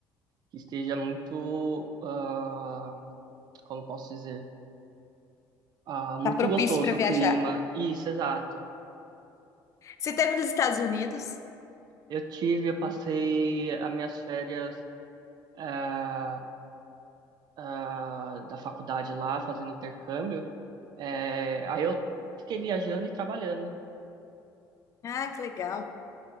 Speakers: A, on the right (about 60°); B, on the left (about 40°).
A: que esteja muito, ah, como posso dizer? Ah, muito
B: Tá propício
A: gostoso
B: para viajar.
A: o clima. Isso, exato.
B: Você esteve nos Estados Unidos?
A: Eu tive, eu passei as minhas férias ah, ah, da faculdade lá, fazendo intercâmbio. É, aí eu fiquei viajando e trabalhando.
B: Ah, que legal.